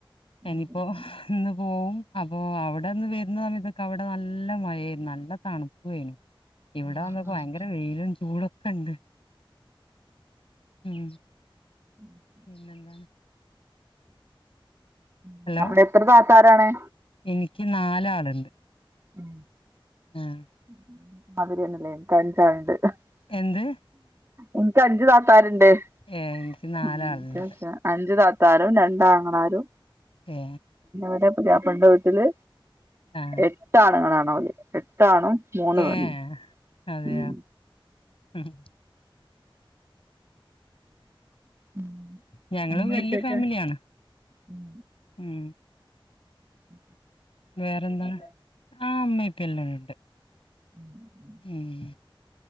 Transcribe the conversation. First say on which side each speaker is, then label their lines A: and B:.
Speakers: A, on the right; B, on the left.
A: ഉം
B: എനിപ്പോ.
A: ഉം
B: ഇന്ന് പോവും. അപ്പോ അവിടെന്ന് വരുന്ന സമയത്തൊക്കെ അവിടെ നല്ല മഴ നല്ല തണുപ്പും ഏനു. ഇവിടെ
A: ആഹ്
B: വന്നപ്പോ
A: ആഹ്
B: ഭയങ്കര വെയിലും ചൂടൊക്കെ ഉണ്ട്. ഉം
A: <inaudible>
B: പിന്നെന്താണ്.
A: <unintelligible>
B: ഹലോ
A: എത്ര താത്താരാണ്.
B: എനിക്ക് നാലാളുണ്ട്.
A: മ്
B: ഉം
A: <unintelligible>
B: എന്ത്
A: എനിക്ക് അഞ്ച് താത്താരുണ്ട്.
B: ഏ എനിക്ക്
A: <unintelligible>
B: നാലാളുണ്ട്
A: അഞ്ച് താത്താരും രണ്ടാങ്ങളാരും
B: ഏ
A: ഇടെ പുതാപ്പളന്റെ വീട്ടില്
B: ആ
A: എട്ടാണുങ്ങളാണ് ഓല് എട്ടാണും മൂന്ന്
B: ഏ.
A: പെണ്ണും
B: അതെയ.
A: ഉം
B: ഉം
A: ഉം
B: ഞങ്ങളും
A: ഉമ്മ
B: വല്യ
A: ഉപ്പൊക്കെ
B: ഫാമിലിയാണ്.
A: ഉം
B: ഉം
A: ഉ
B: വേറെന്താണ് ആ ഇമ്മിപ്പ എല്ലരു ഉണ്ട്
A: ഉം ഉം
B: ഉം